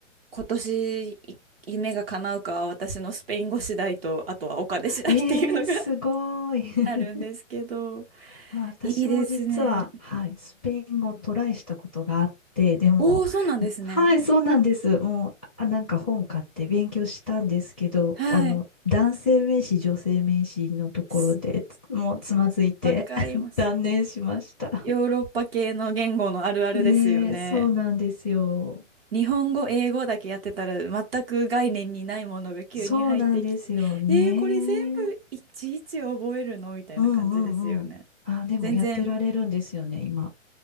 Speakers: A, on the right; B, in the centre.
A: 今年い夢が叶うかは私のスペイン語次第と、あとはお金次第っていうのが
B: ええー、すごい。<laughs>
A: あるんですけど、
B: まあ私も実は、
A: いいですね。
B: はい、スペイン語をトライしたことがあって、でも、
A: おお、そうなんですね。
B: はい、そうなんです。もう、あ、なんか本買って勉強したんですけど、
A: はい。
B: あの、男性名詞、女性名詞のところでつもうつまずいて
A: すわかります。
B: <laughs> 断念しました。
A: ヨーロッパ系の言語のあるあるですよね。
B: ねえ、そうなんですよ。
A: 日本語、英語だけやってたら全く概念にないものが急に入ってきて、
B: そうなんですよね。
A: えー、これ全部いちいち覚えるのみたいな感じですよね。
B: うんうんうん。あ、でもやってられるんですよね、
A: 全然
B: 今。